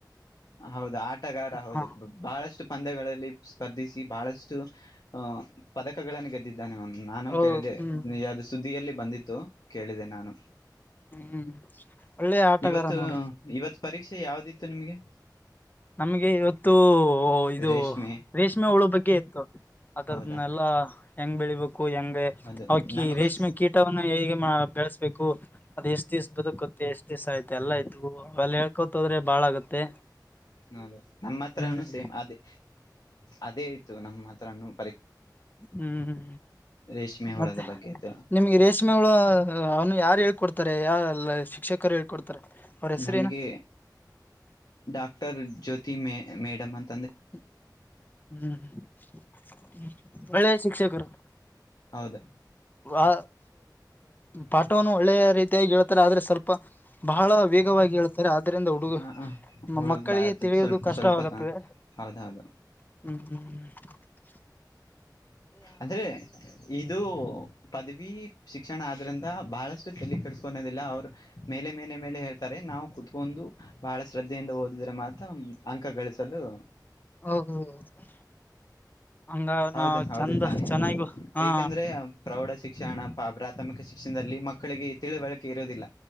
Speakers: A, on the left (about 65°); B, on the left (about 25°).
A: ಹೌದು ಆಟಗಾರ ಹೌದು
B: ಹ
A: ಬಹಳಷ್ಟು ಪಂದ್ಯಗಳಲ್ಲಿ ಸ್ಪರ್ಧಿಸಿ ಬಹಳಷ್ಟು ಅ ಪದಕಗಳನ್ನು ಗೆದ್ದಿದ್ದ ಾನೆ ಒ ನಾನು
B: ಹೌದು
A: ಕೇಳಿದೆ
B: ಹ್ಮ್
A: ಯಾವ್ದು ಸುದ್ದಿಯಲ್ಲಿ ಬಂದಿತ್ತು ಕೇಳಿದೆೇನೆ ನಾನು
B: ಹ್ಮ್ ಒಳ್ಳೆಯ ಆಟಗಾರ
A: ಇವತ್ತು
B: ನೋಡಿ
A: ಇವತ್ ಪರೀಕ್ಷೆ ಯಾವ್ದಿತ್ತು ನಿಮ್ಗೆ
B: ನಮ್ಗೆ ಇವತ್ತು ಇದು
A: ರೇಷ್ಮೆ
B: ರೇಷ್ಮೆ ಹುಳು ಬಗ್ಗೆ ಇತ್ತು ಅದದನ್ನೆಲ್ಲಾ
A: ಹೌದಾ
B: ಹೆಂಗ್ ಬೆಳಿಬೇಕು ಹೆಂಗೆ
A: ಅದು
B: ಅವಕ
A: ನಮಗೂ
B: ರೇಷ್ಮೆ ಕೀಟವನ್ನ ಹೇಗೆ ಬೆಳೆಸ್ಬೇಕು ಅದು ಎಷ್ಟ್ ದಿವ್ಸ ಬದುಕತ್ತ ಎಷ್ಟ್ ದಿವ್ ಆಯ್ತ ಎಲ್ಲ ಆಯ್ತು ಅಲ್ಲಿ ಹೇಳ್ಕೋತ ಹೋ್ರೆ ಬಾಳ ಆಗತ್ತೆ
A: ಹೌದು ನಮ್ಮ ಹತ್ರ
B: ಹ್ಮ್
A: ಸೇಮ್ ಅದೇ ಅದೇ ಇತು ನಮ್ಮ ಹತ್ರೂ
B: ಹ್ಮ್್ಮ್
A: ರೇಷ್ಮೆ ಹುಳದ
B: ಮತ್ತೆ
A: ಬಗ್ಗೆ ಇತ್ತು
B: ನಿಮ್ಗೆ ರೇಶ್ಮ ಮಿ ಹುಳ ಅವ್ನು ಯಾರು ಹೇಳ್ಕೊಡ್ತಾರೆ ಯಲ್ಲ ಶಿಕ್ಷಕರು ಹೇಳ್ಕೊಡ್ತಾರೆ ಅವ್ರ ಹೆಸರೇನು
A: ನಮಗೆ ಡಾಕ್ಟರ್ ಜ್ಯೋತಿ ಮ ಮೇಡಮ್ ಅಂತ
B: ್ಮ ಹ್ಮ್ಒಳ್ಳೆ ಶಿಕ್ಷಕರು
A: ಹೌದ
B: ಆ ಪಾಠವನ್ನು ಒಳ್ಳೆಯ ರೀತಿಯಾಗಿ ಹೇಳ್ತಾರೆ ಆದ್ರೆ ಸ್ವಲ್ಪ ಬಹಳ ವೇಗವಾಗಿ ಹೇಳ್ ಸರಿ ಆದರಿಂದ ಹುಡುಗ
A: ಹ ಹ ಹುಳು
B: ಮಕ್ಕಳಿಗೆ
A: ಬಾಳ
B: ತಿಳಿಯುವುದು
A: ಸ್ವಲ್ಪ
B: ಕಷ್ಟವಾಗುತ್ತದೆ
A: ಸ್ವಲ್ಪ ತ ಹೌದೌದು
B: ಹ್ಮ್ ಹ್ಮ್ ಹ
A: ಅಂದ್ರೆ ಇದು ಪದವಿ ಶಿಕ್ಷಣ ಆದ್ರಿಂದ ಬಹಳಷ್ಟು ತಲಿ ಕಡಸ್ಕೊನೋದಿಲ್ಲ ಅವ್ರು ಮೇಲೆ ಮೇಲೆ ಮೇಲೆ ಹೇಳ್ತಾರೆ ನಾವು ಕುೂತ್ಕೊಂಡು ಭಾಳ ಶ್ರದ್ಧೆಯಿಂದ ಓದಿದರೆ ಮಾತ್ರ ಅಂಕ ಗಳಿಸಲು
B: ಹ ಹ ಹೌದು ಹಂಗ
A: ಹೌದು
B: ನಾವು
A: ಹೌದು
B: ಚಂದ
A: ತಾನೇ
B: ಚೆನ್ನಾಗಿ
A: ಇದೆ
B: ಹಾ
A: ಏಕೆಂದ್ರೆ ಪ್ರೌಢ ಶಿಕ್ಷಣ ಪ ಪ್ರಾಥಮಿಕ ಶಿಕ್ಷಣದಲ್ಲಿ ಮಕ್ಕಳಿಗೆ ತಿಳಿವಳಿಕೆ ಇರುವುದಿಲ್ಲ